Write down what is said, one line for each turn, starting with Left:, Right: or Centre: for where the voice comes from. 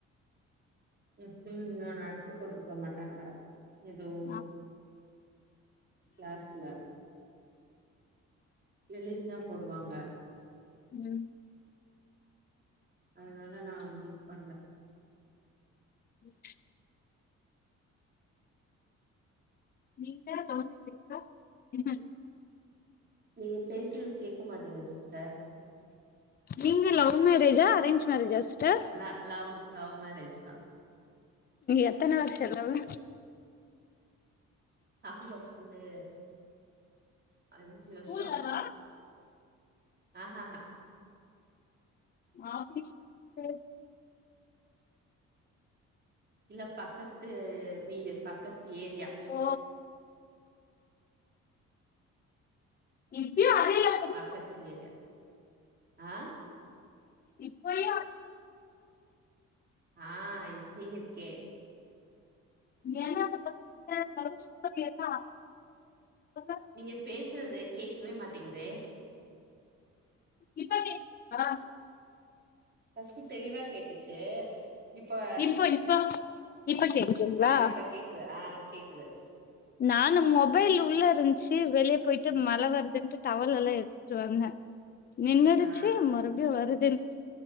Right: எப்டியு இன்னு நடத்தி போட்ருக்க மாட்டாங்க எதுவு
Left: ஆ
Right: கிளாஸ்ல எளின்தா போடுவாங்க
Left: ம்
Right: அதனால நா வந்து இது பண்ல
Left: யுஸ் நீங்க நாலு செக்கா என்னது
Right: நீங்க பேசுறது கேக்க மாட்டேங்குது சிஸ்டர்
Left: நீங்க லவ் மேரேஜா அரேஞ்ச் மேரேஜா சிஸ்ட்ர்
Right: நா லவ் லவ் மேரேஜ் தா
Left: எத்தன வருஷ லவ்வு
Right: <inaudible> ந்து அஞ்சு வருஷொ
Left: ஸ்கூல்லவா
Right: ஆஹஹ
Left: ஆஃபிஸ் கு
Right: இல்ல பக்கத்து வீடு பக்கத்து ஏரியா
Left: ஓ இப்ப அதே மாரி
Right: பக்கத்து ஏரியா ஆ
Left: இப்பையு
Right: ஆ இப்பையு இருக்கே
Left: என்னது <inaudible> என்னா சொல்லு
Right: நீங்க பேசுறது கேக்கவே மாட்டிங்குது
Left: இப்ப கேக்குதா
Right: ஃபஸ்ட்டு தெளிவா கேட்டுச்சு இப்பா
Left: இப்போ இப்போ இப்ப கேக்குதுங்களா
Right: ஆ இப்ப கேக்குது ஆ கேக்குது
Left: நானு மொபைல் உள்ள இருந்ச்சு வெளியே போயிட்டு மழ வருதுன்ட்டு டவல் எல்லா எடுத் துட்டு வந்தே நின்னுடிச்சு
Right: ஆ
Left: மறுபடியு வருதுன்டு